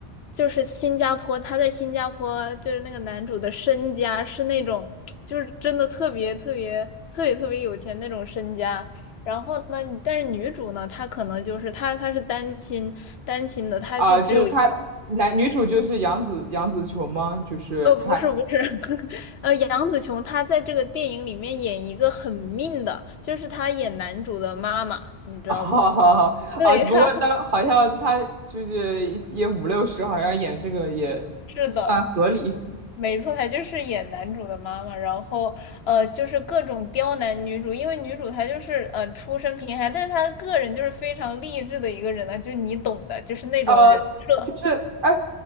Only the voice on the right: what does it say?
啊，就是他男女主就是杨紫杨紫琼吗？就是他。
<laughs> 好好好啊！
只不过当好像他就是也五六十，
好像演这个也算合理。
呃，就是哎，